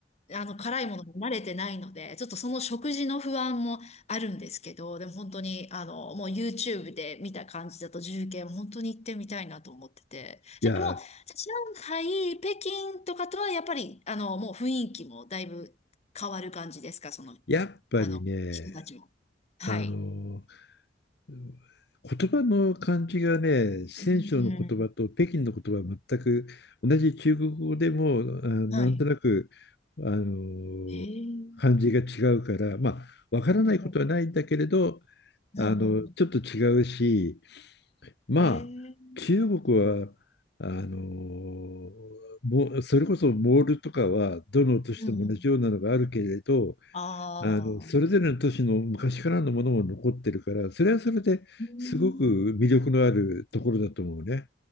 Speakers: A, on the left; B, on the left.
A: あの、辛いものに慣れてないので、ちょっとその食事の不安もあるんですけど、でも本当に、あの、もう YouTube で見た感じだと重慶も本当に行ってみたいなと思ってて。
B: いや
A: じゃあもう、じゃあ上海、北京とかとはやっぱり、あの、もう雰囲気もだいぶ変わる感じですか、その、
B: やっぱりね
A: あの、人たちも。はい。
B: あの言葉の感じがね、四川省の言葉と北京の言葉は全く同じ中国語でも、
A: うん。
B: あなんとなく、
A: はい。
B: あの、
A: ええ
B: 感じが違うから、まあ、わからないことはないんだけれど、
A: うんうん。うんうんうん。
B: あの、ちょっと違うし、まあ、
A: ええ
B: 中国は、あの、もうそれこそモールとかは、どの都市でも同じようなのがあるけれど、
A: うんうん。ああ。
B: あの、それぞれの都市の昔からのものも残ってるから、それはそれですごく魅力のあるところだと思うね。
A: うん